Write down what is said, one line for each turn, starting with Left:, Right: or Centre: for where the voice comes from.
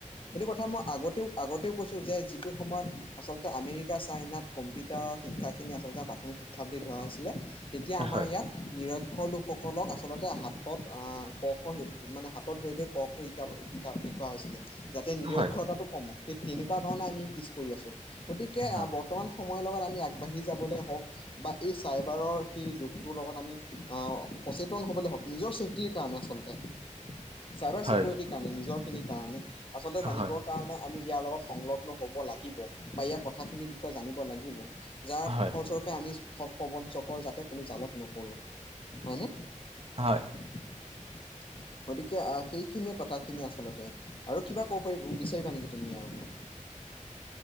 Left: এইেইটো কথা মই আগতেও আগতেও কৈছোঁ যে যিটো সময়ত আচলতে আমেৰিকা চাইনাত কম্পিউটাৰৰ শিক্ষাখিনি আচলতে প্ৰাথমিক শিক্ষা বুলি ধৰা হৈছিলে তেতিয়া আমাৰ
Right: হয়,
Left: ইয়াত নিৰক্ষৰ লোকসকলক আচলতে হাতত আহ, ক খ মানে হাতত ধৰি থৈ ক খ শিকা শিকা শিকোৱা হৈছিলে, যাতে নিৰক্ষতৰতাটো
Right: হয়,
Left: কমক সেই তেনেকুৱা ধৰণে আমি পিছ পৰি আছো গতিকে
Right: হয়,
Left: আহ বৰ্তমান সময়ৰ লগত আমি আগবাঢ়ি যাবলৈ হওক বা এই চাইবাৰৰ সেই যুগটোৰ লগত আমি আহ, সচেতন হবলৈ হওঁক নিজৰ চেফটি কাৰণে আচলতে চাইবাৰ
Right: হয়,
Left: চিকিউৰিটিৰ কাৰণে, নিজৰ খিনিৰ কাৰণে আচলতে জানিবৰ
Right: হয়,
Left: কাৰণে আমি ইয়াৰ লগত সংলগ্ন হব লাগিব বা ইয়াৰ কথাখিনিৰ বিষয়ে জানিব লাগিব। যাৰ
Right: হয়।
Left: ফলস্বৰূপে আমি ঠগ প্ৰবঞ্চকৰ যাতে কোনো জালত নপৰো, হয়নে?
Right: হয়।
Left: <inaudible> গতিকে আহ, সেইখিনিয়ে কথা খিনি আচল্ততে আৰু কিবা ক'ব পাৰিব বিচাৰিবা নেকি তুমি ইয়াৰ ওপৰত?